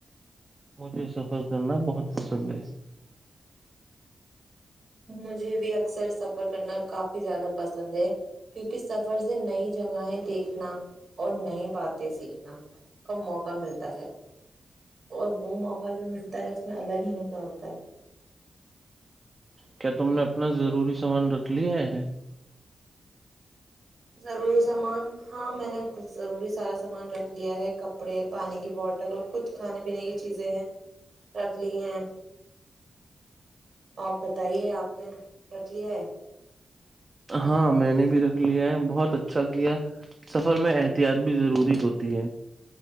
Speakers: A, on the right; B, on the right.
A: مجھے سفر کرنا بہت پسند ہے
B: مجھے بھی اکثر سفر کرنا کافی زیادہ پسند ہے کیونکہ سفر سے نئی جگہیں دیکھنا اور نئی باتیں سیکھنا کا موقع ملتا ہے اور وہ موقع جو ملتا ہوتا ہے اس میں الگ ہی مزہ ہوتا ہے
A: کیا تم نے اپنا ضروری سامان رکھ لیا ہے
B: ضروری سامان ہاں میں نے ضروری سارا سامان سامان رکھ لیا ہے کپڑے پانی کی بوٹل اور کچھ کھانے پینے کی چیزیں ہیں رکھ لی ہیں آپ بتائیے آپ نے رکھ ل ہے
A: ہاں میں نے بھی رکھ لیا ہے بہت اچھا کیا سفر میں احتیاط بھی ضروری ہوتی ہے